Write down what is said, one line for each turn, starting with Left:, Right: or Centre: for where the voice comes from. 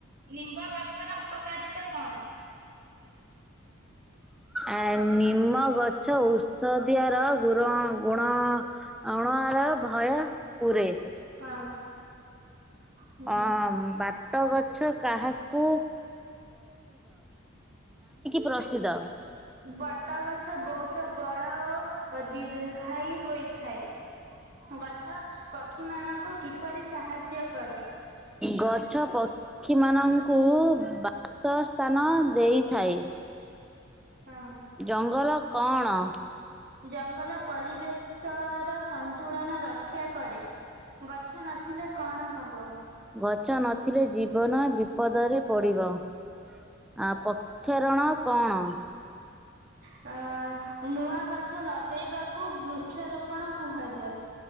Right: ନିମ୍ବ ଗଛର ଉପକାରିତା କଣ?
Centre: ଆ ନିମ ଗଛ ଉ ଷଦିଆର ଗୁର ଗୁଣ <inaudible> ଅଣୁଆର ଭୟ ପୁରେ
Right: ହଁ ହୁଁ।
Centre: ଅ ବାଟ ଗଛ କାହା କୁ ପ୍ରସିଦ୍ଧ?
Right: ବଟ ଗଛ ବହୁତ ବଡ ଓ ଦୀର୍ଘାୟୀ ହୋଇଥାଏ ଗଛ ପକ୍ଷୀ ମାନଙ୍କୁ କିପରି ସାହାଯ୍ୟ କରେ
Centre: ଗଛ ପକ୍ଷୀ ମାନଙ୍କୁ ବଶ ସ୍ଥାନ ଦେଇଥାଏ
Right: ହଁ
Centre: ଜଙ୍ଗଲ କଣ?
Right: ଜଙ୍ଗଲ ପରିବେଶ ର ସନ୍ତୁଳନ ର ରକ୍ଷା କରେ ଗଛ ନଥିଲେ କଣ ହବ?
Centre: ଗଛ ନଥିଲେ ଜୀବନ ବିପଦରେ ପଡ଼ିବ ଆ ପକ୍ଷରଣ କଣ
Right: ଆ ନୂଆ ଗଛ ଲଗେଇବାକୁ ବୃକ୍ଷରୋପଣ କୁହାଯାଏ।